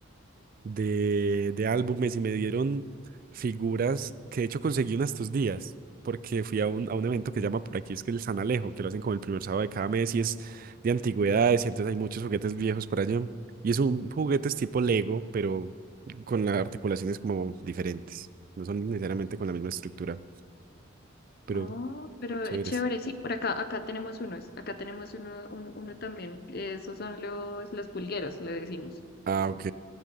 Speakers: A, on the right; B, on the left.
A: de, de álbumes y me dieron figuras que de hecho conseguí una estos días, porque fui a un, a un evento que se llama por aquí, es que el San Alejo, que lo hacen como el primer sábado de cada mes y es de antigüedades y entonces hay muchos juguetes viejos por allá. Y es un juguetes tipo Lego, pero con las articulaciones como diferentes. No son necesariamente con la misma estructura, pero
B: Ah, pero
A: chéveres.
B: es chévere, sí, por acá, acá tenemos unos, acá tenemos uno, uno, uno también. Esos son los, los pulgueros, le decimos.
A: Ah, ok.